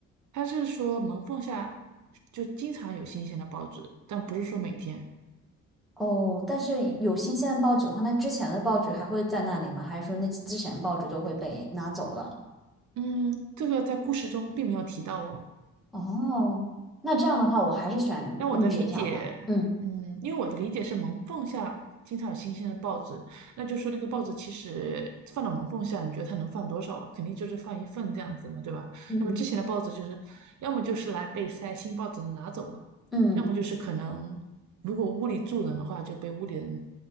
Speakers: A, on the right (about 70°); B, in the centre.
A: 他是说门缝下就经常有新鲜的报纸，但不是说每天。
B: 哦，但是有新鲜的报纸的话，那之前的报纸还会在那里吗？还是说那之前报纸就会被拿走了？
A: 嗯，这个在故事中并没有提到哦。
B: 哦，那这样的话，我还是选用纸条吧。
A: 让我的理解，
B: 嗯
A: 嗯，因为我的理解是门缝下经常有新鲜的报纸，那就说那个报纸其实放到门缝下，你觉得它能放多少啊？肯定就是放一份这样子嘛，对吧？
B: 嗯，
A: 那么之前的报纸就是要么就是来被塞新报纸的拿走了，
B: 嗯
A: 要么就是可能如果屋里住人的话就被屋里人